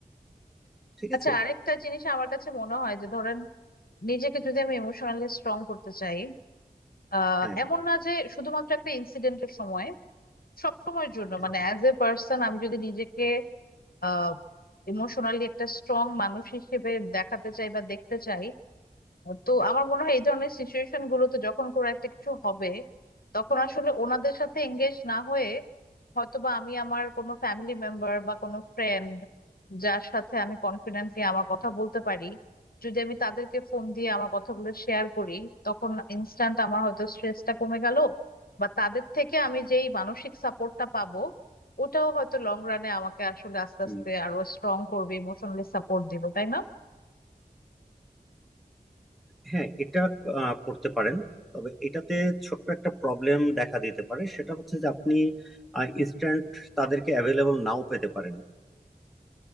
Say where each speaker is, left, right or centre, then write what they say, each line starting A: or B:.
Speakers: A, in the centre; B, on the left.
A: ঠিক
B: আচ্ছা
A: আছে
B: আরেকটা জিনিস আমার কাছে মনে হয় যে ধরেন নিজেকে যদি আমি ইমোশনালি স্ট্রং করতে চাই আহ
A: হ্যাঁ
B: এমন না যে শুধুমাত্র একটা ইনসিডেন্টের সময় সব সময়ের জন্য
A: হ্যাঁ,
B: মানে অ্যাজ এ পার্সন আমি যদি নিজেকে আহ ইমোশনালি একটা স্ট্রং মানুষ হিসেবে দেখাতে চাই বা দেখতে চাই তো আমার মনে হয় এই ধরনের সিচুয়েশন গুলোতে যখন কোনো একটা কিছু হবে তখন আসলে ওনাদের সাথে এঙ্গেজ না হয়ে হয়তোবা আমি আমার কোনো ফ্যামিলি মেম্বার বা কোনো ফ্রেন্ড যার সাথে আমি কনফিডেন্টলি আমার কথা বলতে পারি যদি আমি তাদেরকে ফোন দিয়ে আমার কথাগুলো শেয়ার করি তখন ইনস্ট্যান্ট আমার হয়তো স্ট্রেসটা কমে গেল বা তাদের থেকে আমি যেই মানসিক সাপোর্টটা পাবো ওটাও হয়তো লং রানে আমাকে আসলে আস্তে
A: হুম।
B: আস্তে আরো স্ট্রং করবে ইমোশনালি সাপোর্ট দিবে তাই না
A: হ্যাঁ এটা আহ, করতে পারেন তবে এটাতে ছোট্ট একটা প্রবলেম দেখা দিতে পারে সেটা হচ্ছে যে আপনি ইনস্ট্যান্ট তাদেরকে অ্যাভেলেবল নাও পেতে পারেন